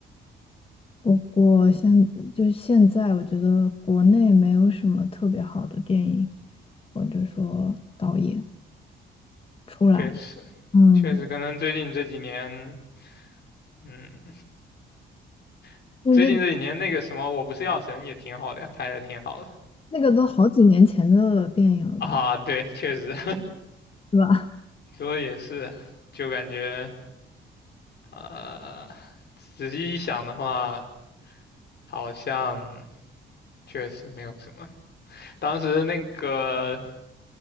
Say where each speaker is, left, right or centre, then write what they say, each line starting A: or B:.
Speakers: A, on the left; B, on the left.
A: 不过现就是现在，我觉得国内没有什么特别好的电影或者说导演出来，
B: 确实，
A: 嗯，
B: 确实，可能最近这几年，嗯，<laughs>
A: 那这
B: 最近这几年那个什么，我不是药神也挺好的，拍的挺好的
A: 那个都好几年前的电影了吧，
B: 啊。对，确实，
A: 是吧？
B: <laughs> 说的也是，就感觉呃，仔细一想的话，好像确实没有什么。当时那个